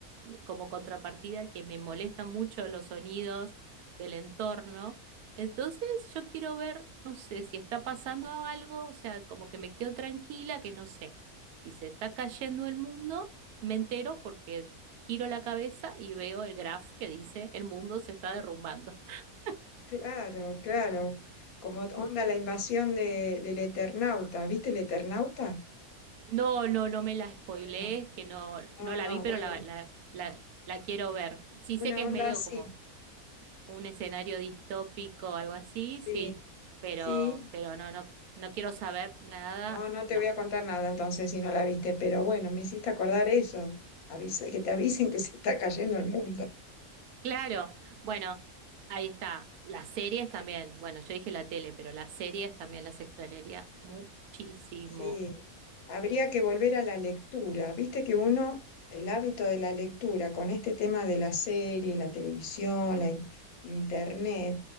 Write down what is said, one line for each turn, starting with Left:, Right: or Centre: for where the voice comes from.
Right: como contrapartida que me molestan mucho los sonidos del entorno. Entonces yo quiero ver, no sé, si está pasando algo, o sea, como que me quedo tranquila, que no sé, si se está cayendo el mundo, me entero porque giro la cabeza y veo el graph que dice el mundo se está
Left: eh,
Right: derrumbando. <laughs>
Left: claro, claro. Como onda la invasión de, del Eternauta. ¿Viste el Eternauta?
Right: No, no, no me la spoilees,
Left: Bueno,
Right: que no,
Left: no,
Right: no la
Left: no,
Right: vi, pero
Left: bueno,
Right: la, la, la, la quiero ver. Sí
Left: una
Right: sé que es
Left: onda
Right: medio
Left: así.
Right: como un escenario distópico algo así,
Left: Sí,
Right: sí, pero,
Left: sí.
Right: pero no, no, no quiero saber nada,
Left: No, no te
Right: nada.
Left: voy a contar nada entonces si no la viste, pero bueno, me hiciste acordar eso. Avisa, que te avisen que se está cayendo el mundo.
Right: Claro, bueno, ahí está. Las series también, bueno, yo dije la tele, pero las series también las extrañaría muchísimo.
Left: Sí, habría que volver a la lectura. Viste que uno, el hábito de la lectura con este tema de la serie, la televisión, la in- internet,